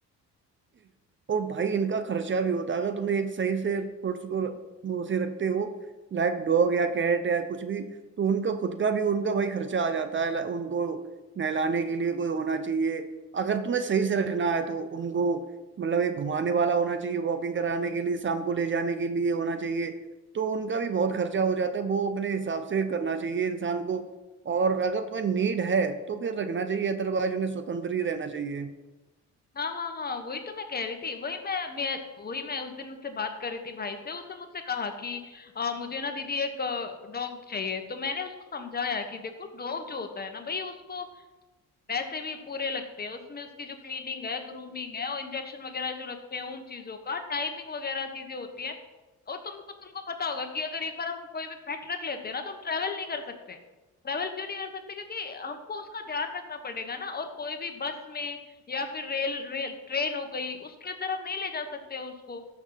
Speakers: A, on the right; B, on the left.
A: और भाई इनका खर्चा भी होता है अगर तुम्हें एक सही से पेट्स को वो से रखते हो लाइक डॉग या कैट या कुछ भी तो उनका खुद का भी उनका भाई खर्चा आ जाता है ला- उनको नहलाने के लिए कोई होना चाहिए अगर तुम्हें सही से रखना है तो उनको मतलब एक घुमाने वाला होना चाहिए वॉकिंग कराने के लिए शाम को ले जाने के लिए होना चाहिए तो उनका भी बहुत खर्चा हो जाता है वो अपने हिसाब से करना चाहिए इंसान को और अगर तुम्हें नीड है तो फिर रखना चाहिए अदरवाइज उन्हें स्वतंत्र ही रहना चाहिए
B: हाँ, हाँ, हाँ, वही तो मैं कह रही थी। वही मैं मैं वही मैं उस दिन उससे बात कर रही थी भाई से। उसने मुझसे कहा कि अ, मुझे ना दीदी एक डॉग चाहिए। तो मैंने उसको समझाया कि देखो डॉग जो होता है ना भाई उसको पैसे भी पूरे लगते हैं उसमें उसकी जो क्लीनिंग है ग्रूमिंग है और इंजेक्शन वगैरह जो लगते हैं उन चीजों का टाइमिंग वगैरह चीजें होती है और तुमको तुमको पता होगा कि अगर एक बार हम कोई भी पेट रख लेते हैं ना तो हम ट्रेवल नहीं कर सकते ट्रेवल क्यों नहीं कर सकते क्योंकि हमको उसका ध्यान रखना पड़ेगा ना और कोई भी बस में या फिर रेल रेल ट्रेन हो गई उसके अंदर हम नहीं ले जा सकते हैं उसको